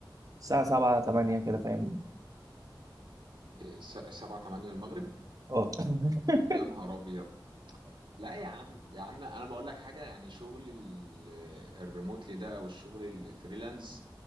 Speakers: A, on the right; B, on the right.
A: الساعة سبعة تمانية كده فاهمني
B: إيه، س- سبعة تمانية المغرب
A: اه <laughs>
B: يا نهار أبيض لا يا عم يا عم أنا بقول لك حاجة يعني شغل ال- الريموتلي ده أو الشغل الفريلانس